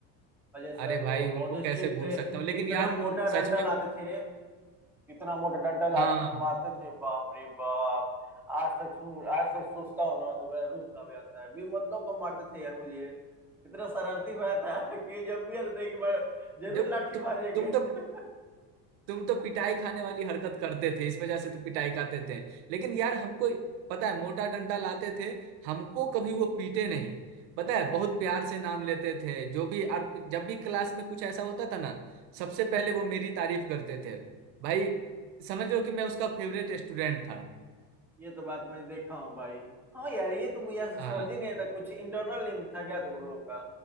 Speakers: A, in the centre; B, on the right (about 75°).
A: अजय सर
B: अरे
A: जो
B: भाई
A: बहुत
B: उनको कैसे
A: स्ट्रिक्ट
B: भूल
A: थे
B: सकता हूँ लेकिन
A: इतना
B: यार
A: मोटा
B: सच
A: डंडा लाते
B: में
A: थे इतना मोटा डंडा लाते
B: हाँ
A: थे मारते थे बाप रे बाप आज तक सुन आज तक सोचता हूँ ना तो मेरा रूह कांप जाता है भी मतलब कम मारते थे यार मुझे इतना शरारती भाई था कि जब भी आते थे कि मैं जरूर
B: जब
A: लाठी
B: तु,
A: भाजेंगे
B: तुम तो
A: <laughs>
B: तुम तो पिटाई खाने वाली हरकत करते थे इस वजह से तो पिटाई खाते थे लेकिन यार हमको पता है मोटा डंडा लाते थे हमको कभी वो पीटे नहीं पता है बहुत प्यार से नाम लेते थे जो भी और जब भी क्लास में कुछ ऐसा होता था ना सबसे पहले वो मेरी तारीफ करते थे भाई समझ लो कि मैं उसका फेवरेट स्टूडेंट था
A: ये तो बात मैं देखा हूँ भाई हाँ यार ये तो मुझे आज तक
B: हाँ
A: समझ ही नहीं आता कुछ इंटरनल लिंक था क्या तुम लोग का